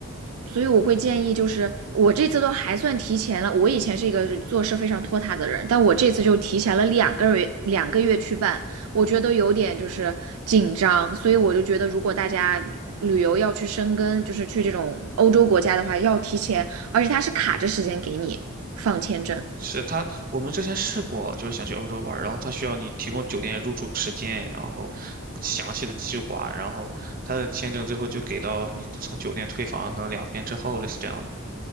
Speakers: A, on the right; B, on the right.
A: 所以我会建议，就是我这次都还算提前了。我以前是一个做事非常拖沓的人，但我这次就提前了两个月，两个月去办，我觉得有点就是紧张。所以我就觉得，如果大家旅游要去深根，就是去这种欧洲国家的话，要提前，而且它是卡着时间给你放签证。
B: 是他，我们之前试过，就是想去欧洲玩儿，然后他需要你提供酒店入住时间，然后详细的计划，然后他的签证最后就给到你从酒店退房可能两天之后，类似这样